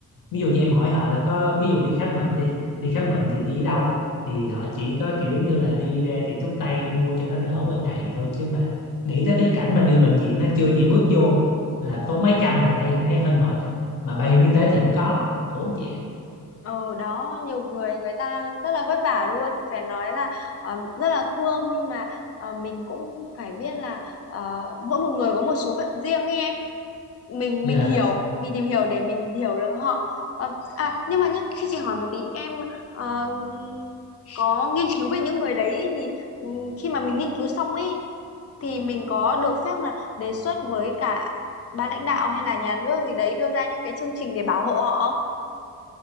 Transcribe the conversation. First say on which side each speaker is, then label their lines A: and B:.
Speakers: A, on the left; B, on the left.
A: ví dụ như em hỏi họ là có ví dụ đi khám bệnh đi đi khám bệnh thì đi đâu thì họ chỉ có kiểu như là đi ra tiệm thuốc tây mua cho nó đỡ qua ngày thôi chứ mà nghĩ tới cái cảnh mà đi bệnh viện nó chưa gì bước vô làm tốn mấy trăm là thấy thấy hơi mệt rồi mà bảo hiểm y tế thì không có khổ vậy
B: Ờ đó nhiều người người ta rất là vất vả luôn phải nói là ờ, rất là thương nhưng mà ờ, mình cũng phải biết là ờ, mỗi một người có một số phận riêng ấy em mình
A: dạ
B: mình hiểu mình tìm hiểu để mình hiểu được họ Ờ, à nhưng mà nhá khi chị hỏi một tí em ờ, có nghiên cứu về những người đấy ấy, thì ừ, khi mà mình nghiên cứu xong ấy thì mình có được phép là đề xuất với cả ban lãnh đạo hay là nhà nước gì đấy đưa ra những cái chương trình để bảo hộ họ